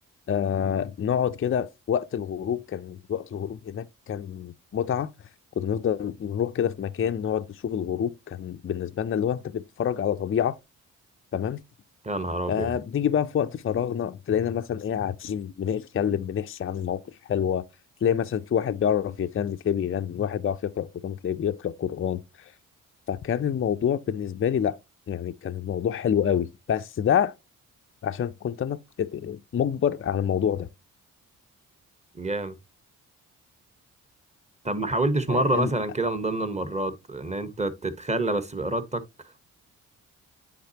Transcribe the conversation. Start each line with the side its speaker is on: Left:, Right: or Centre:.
Left: آه نقعد كده في وقت الغروب كان وقت الغروب هناك كان متعة كنا نفضل نروح كده في مكان نقعد نشوف الغروب كان بالنسبة لنا اللي هو انت بتتفرج على طبيعة تمام
Right: يا نهار أبيض
Left: آه بنيجي بقى في وقت فراغنا تلاقينا مثلا ايه قاعدين بنتكلم بنحكي عن مواقف حلوة تلاقي مثلا في واحد بيعرف يغني تلاقيه بيغني واحد بيعرف يقرأ قرآن تلاقيه بيقرأ قرآن فكان الموضوع بالنسبة لي لا يعني كان الموضوع حلو قوي بس ده عشان كنت انا مجبر على الموضوع ده
Right: جامد طب ما حاولتش مرة
Left: آه،
Right: مثلا كده من ضمن المرات إن أنت تتخلى بس بإرادتك